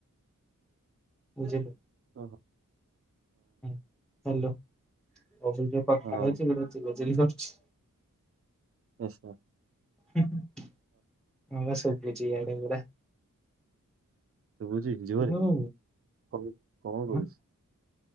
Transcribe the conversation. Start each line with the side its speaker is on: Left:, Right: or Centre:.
Centre: ବୁଝିଲୁ?
Right: ଓହୋ।
Centre: ହଁ ହାଲୋ। ଅଭି ଯୋଉ କଥା
Right: ହଁ
Centre: କହିଛି ମୁଁ ତାକୁ ଚିଲାଚିଲି କରୁଛି।
Right: ନିଶ୍ଚୟ
Centre: ହଁ ବା ସୁୁବିଛି ଇଆଡେ ପୁରା।
Right: ଶୁଭୁଛି ଯିବନି
Centre: ଯୋଉ
Right: କ କଣ
Centre: ହଁ
Right: କହୁଛି।